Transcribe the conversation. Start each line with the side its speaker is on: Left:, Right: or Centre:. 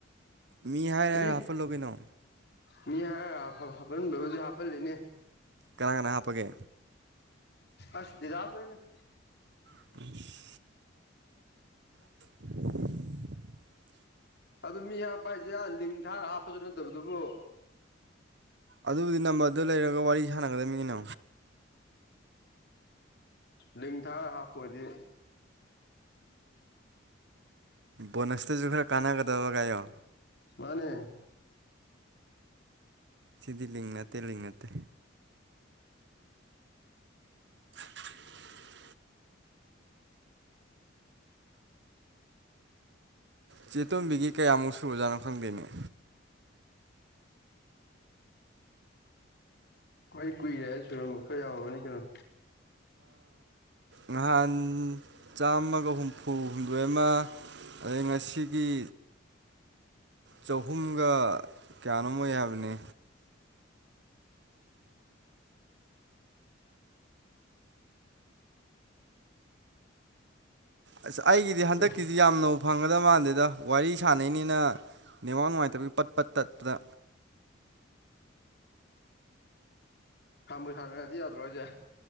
Right: ꯃꯤ ꯍꯥꯏꯔ
Left: ꯀꯔꯤ
Right: ꯍꯥꯏꯔ ꯍꯥꯞꯐꯜꯂꯣ ꯀꯩꯅꯣ
Left: ꯃꯤ ꯍꯥꯏꯔ ꯍꯥꯏꯔ ꯍꯥꯞꯐꯜ ꯍꯥꯐꯜꯕꯕꯨꯗꯤ ꯍꯥꯞꯐꯜꯂꯤꯅꯦ
Right: ꯀꯅꯥ ꯀꯅꯥ ꯍꯥꯞꯄꯒꯦ
Left: ꯑꯁ ꯗꯤꯗꯥꯥꯁ ꯍꯣꯏꯅꯦ
Right: <unintelligible> <unintelligible>
Left: ꯑꯗꯨ ꯃꯤ ꯍꯥꯞꯄ ꯍꯥꯏꯁꯦ ꯂꯤꯡ ꯊꯥꯔ ꯍꯥꯞꯄꯁꯨ ꯅꯠꯇꯕꯗꯨꯕꯨ
Right: ꯑꯗꯨꯕꯨꯗꯤ ꯅꯝꯕꯔꯗꯨ ꯂꯩꯔꯒ ꯋꯥꯔꯤ ꯁꯥꯟꯅꯒꯗꯃꯤꯒꯤꯅ
Left: ꯂꯤꯡꯊꯥꯔ ꯍꯥꯞꯄꯗꯤ
Right: ꯕꯣꯅꯁꯇꯁꯨ ꯈꯔ ꯀꯥꯟꯅꯒꯗꯕ ꯥꯏꯌꯣ
Left: ꯃꯥꯅꯦ
Right: ꯁꯤꯗꯤ ꯂꯤꯡ ꯅꯠꯇꯦ ꯂꯤꯡ ꯅꯠꯇꯦ <unintelligible> ꯆꯦꯇꯣꯝꯕꯤꯒꯤ ꯀꯌꯥꯃꯨꯛ ꯁꯨꯔꯨꯖꯥꯠꯅꯣ ꯈꯪꯗꯣꯏꯅꯤꯣ
Left: ꯑꯩꯣꯏ ꯀꯨꯏꯔꯦ ꯁꯣꯏꯨꯔꯨꯝꯝꯕ ꯈꯔ ꯌꯥꯎꯔꯕꯅꯤ ꯀꯩꯅꯣ
Right: ꯉꯍꯥꯟ ꯆꯥꯝꯃꯒ ꯍꯨꯝꯐꯨ ꯍꯨꯝꯗꯣꯏ ꯑꯃ ꯑ ꯉꯁꯤꯒꯤ ꯆꯍꯨꯝꯒ ꯀꯌꯥꯅꯣꯝ ꯑꯣꯏ ꯍꯥꯏꯕꯅꯤ ꯑ ꯑꯩꯒꯤꯗꯤ ꯍꯟꯗꯛꯀꯤ
Left: ꯆꯣ
Right: ꯁꯤꯗꯤ ꯌꯥꯝꯅ ꯎ ꯐꯪꯒꯗꯕ ꯃꯥꯟꯗꯦꯗ ꯋꯥꯔꯤ ꯁꯥꯟꯅꯩꯅꯤꯅ ꯅꯦꯋꯥꯡ ꯅꯨꯡꯉꯥꯏꯇꯕꯒꯤ ꯄꯠ ꯄꯠ ꯇꯠꯄꯗ
Left: ꯈꯕꯨ ꯁꯥꯟꯅꯔꯗꯤ ꯌꯥꯗ꯭ꯔꯣ ꯑꯩꯁꯦ